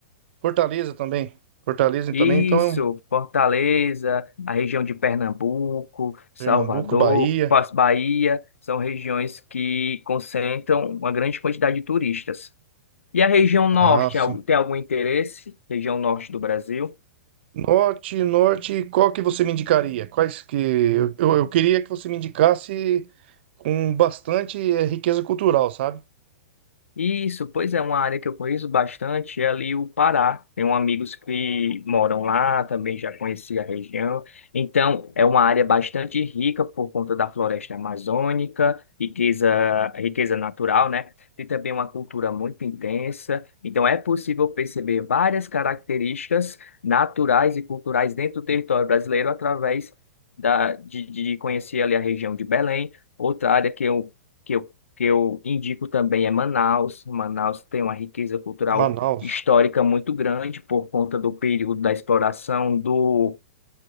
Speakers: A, on the right; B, on the left.
A: Fortaleza também. Fortaleza também,
B: Isso,
A: então, é um
B: Fortaleza, a região de Pernambuco, Salvador,
A: Pernambuco, Bahia.
B: Paz- Bahia, são regiões que concentram uma grande quantidade de turistas. E a região norte,
A: Ah, sim.
B: al- tem algum interesse? Região norte do Brasil?
A: Norte, norte, qual que você me indicaria? Quais que... Eu, eu eu queria que você me indicasse com bastante, é, riqueza cultural, sabe?
B: Isso, pois é, uma área que eu conheço bastante é ali o Pará. Tenho amigos que moram lá, também já conheci a região. Então, é uma área bastante rica por conta da floresta amazônica, riqueza, riqueza natural, né? Tem também uma cultura muito intensa. Então, é possível perceber várias características naturais e culturais dentro do território brasileiro através da, de, de conhecer ali a região de Belém, outra área que eu. que eu que eu indico também é Manaus. Manaus tem uma riqueza cultural
A: Manaus.
B: histórica muito grande por conta do período da exploração do,